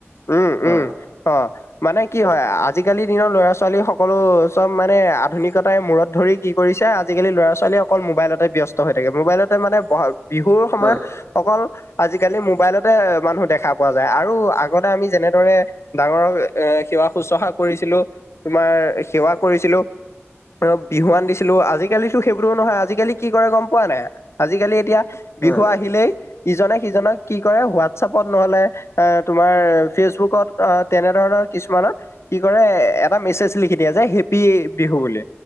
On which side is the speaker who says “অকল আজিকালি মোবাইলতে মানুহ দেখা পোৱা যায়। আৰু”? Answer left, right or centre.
Left